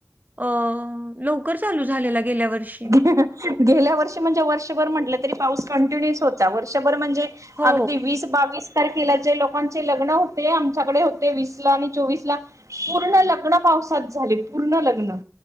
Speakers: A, on the right; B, on the right.
A: अ लवकर चालू झालेला गेल्या वर्षी
B: <unintelligible> गेल्या वर्षी म्हणजे वर्षभर म्हंटलं तरी पाऊस कंटिन्युस होता. वर्षभर म्हणजे
A: हो
B: अगदी वीस, बावीस तारखेला जे लोकांचे लग्न होते. आमच्याकडे होते वीस ला आणि चोवीस ला पूर्ण लग्न पावसात झाले. पूर्ण लग्न